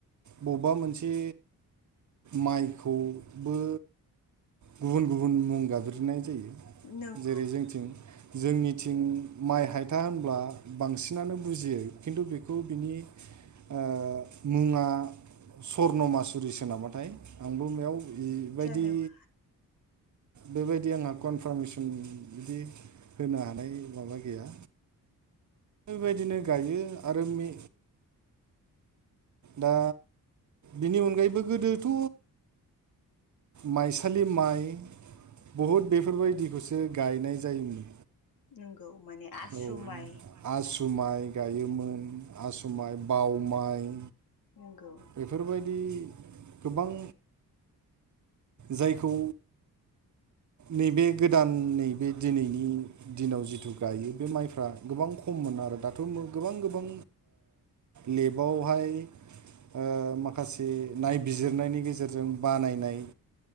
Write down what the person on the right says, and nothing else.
बबेबा मोनसे माइखौबो गुबुन गुबुन मुं गाबज्रिनाय जायो।
जेरै जोंथिं जोंनिथिं माइ हायथा होनब्ला बांसिनानो बुजियो खिन्थु बेखौ बिनि ओ मुङा स्वर्नमासुरिसोनामाथाय आंबो बेयाव बेबायदि
बेबायदि आंहा कनफारमेसन बिदि होनो हानाय माबा गैया। बेबायदिनो गायो आरो मे दा बिनि अनगायैबो गोदोथ' माइसालि माइ, बहुद बेफोरबायदिखौसो गायनाय जायोमोन।
औ
आसु माइ गायोमोन, आसु माइ बाव माइ
बेफोरबायदि गोबां जायखौ नैबे गोदान नैबे दिनैनि दिनाव जिथु गायो बे माइफ्रा गोबां खममोनो आरो दाथ' गोबां गोबां लेबावहाय। ओ माखासे नायबिजिरनायनि गेजेरजों बानायनाय।